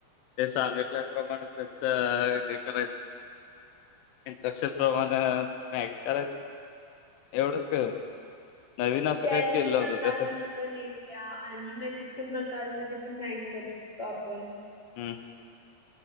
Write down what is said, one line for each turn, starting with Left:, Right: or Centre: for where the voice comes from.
Left: ते सांगितल्याप्रमाणे त्यांचं हे करायचं‌. इंट्रक्शन प्रमाणे मॅगी करायची. ! एवढंच का नवीन
Right: इटालियन
Left: अस असं काय केलं
Right: प्रकारमध्ये
Left: नव्हत.
Right: पण येत्या आणि मेक्सिकन प्रकार म पण मॅगी करू शकतो आपण.
Left: हम, हम!